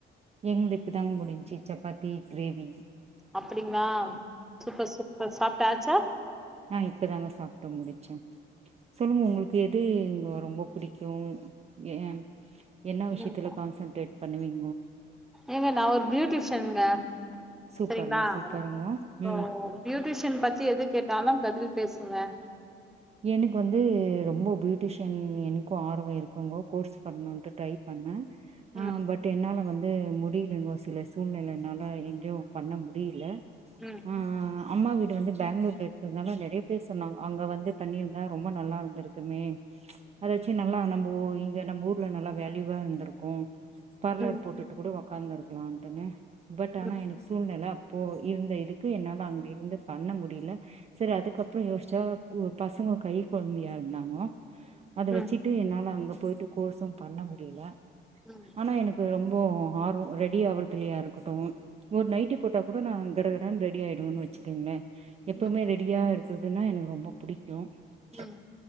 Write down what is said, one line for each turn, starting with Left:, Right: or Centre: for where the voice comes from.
Right: என்து இப்பதாங்கோ முடிஞ்ச்சி. சப்பாத்தி கிரேவி
Centre: அப்பிடிங்களா? சூப்பர் சூப்பர் சாப்ப டாச்சா
Right: ஆஹ் இப்பதாங்க சாப்பிட்டு முடிச்சேன் சொல்லுங்க உங்களுக்கு எது இங்க ரொம்ப பிடிக்கும் உம் என்ன விஷயத்துல
Centre: ம்
Right: கான்சன்ட்ரேட் பண்ணுவீங்க
Centre: ஏங்க நா ஒரு பியூட்டிஷ் ஷன்ங்க
Right: சூப்பருங்க
Centre: சரிங்ளா
Right: சூப்பருங்கோ
Centre: இப்போ
Right: ம்
Centre: ப்யூட்டிஷன் பத்தி எது கேட்டாலும் பதில் பேசுவேன்
Right: எனக்கு வந்து ரொம்ப பியூட்டிஷியன் எனக்கும் ஆர்வம் இருக்குங்கோ கோர்ஸ் பண்ணணும்ட்டு ட்ரை பண்ணேன் ஆஹ்
Centre: ம்
Right: பட் என்னால வந்து முடி முடியலைங்கோ சில சூழ்நிலைனால எங்கேயும் பண்ண முடியல
Centre: ம்
Right: ஆஹ்ஹ் அம்மா வீட்டு வந்து பேங்ளூர்ல இருக்கனால நெறைய பேர் சொன்னாங்க அங்க வந்து பண்ணிருந்தா ரொம்ப நல்லா இருந்திருக்குமே அதாச்சு நல்லா நம்ப இங்க நம்ப ஊர்ல நல்லா வேல்யூவா இருந்திருக்கு பார்லர்
Centre: ம்
Right: போட்டுட்டு கூட உக்காந்துருக்கலான்ட்டுனு பட் ஆனா
Centre: ம்
Right: எனக்கு சூழ்நெல இப்போ இருந்த இதுக்கு என்னால அங்க இருந்து பண்ண முடியல சரி அதுக்கப்றொ யோசிச்சா பசங்க கை கொழந்தையா இருந்தாங்க அத
Centre: ம்
Right: வச்சிட்டு என்னால அங்க போயிட்டு கோர்ஸும் பண்ண முடியல
Centre: ம்
Right: ஆனா எனக்கு ரொம்ப இப்போ ஆர்வ ரெடி ஆவுறதுலயா இருக்கட்டு ஒரு நைட்டி போட்டா கூட நா கடகடனு ரெடி ஆயிடுவேனு வெச்சுக்கோங்களே எப்பவுமே
Centre: ம்
Right: ரெடியா இருக்கு இதுன்னா எனக்கு ரொம்ப <unintelligible>
Centre: ம்